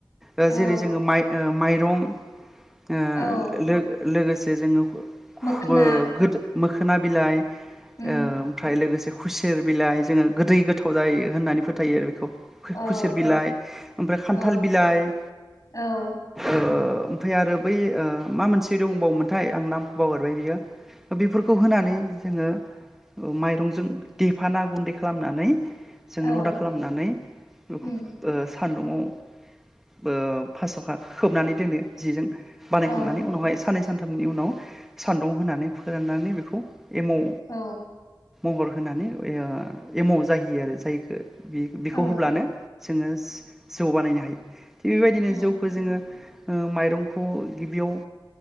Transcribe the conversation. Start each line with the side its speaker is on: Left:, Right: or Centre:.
Centre: ओ जेरै-
Left: औ
Centre: जोङो माइ माइ <unintelligible> ओ
Left: औ
Centre: लो-लोगोसे जे जोङो ओ
Left: मोखोना
Centre: गोदो मोखोना बिलाइ ओ
Left: उम
Centre: ओमफ्राय लोगोसे खुसेर बिलाइ जोङो गोदै गोथाव जायो होननानै फोथायो आरो बेखौ खुसेर
Left: औ
Centre: बिलाइ ओमफ्राय खान्थाल
Left: औ
Centre: बिलाइ
Left: औ
Centre: ओ ओमफाय आरो बै ओ मा मोनसे दंबावोमोनथाय आं नामखौ बावगारबाय बियो बेफोरखौ होनानै जोङो ओ माइरंजों देफाना गुन्दै खालामनानै जों
Left: औ
Centre: लदा खालामनानै ओफ ओ
Left: उम
Centre: सान्दुंङाव ओ फास्सखा खोबनानै दोनो जिजों बानायखांनानै
Left: औ
Centre: उनावहाय साननै सानथाम नि उनाव सान्दुं होनानै फोराननानै बेखौ एमाव
Left: औ
Centre: महर होनानै ओ एमाव जाहैयो आरो जायखो बे बेखौ
Left: औ
Centre: होब्लानो जोङो जौ बानायनो हायो थिग बेबायदिनो
Left: औ
Centre: जौखौ जोङो ओ माइरंखौ गिबियाव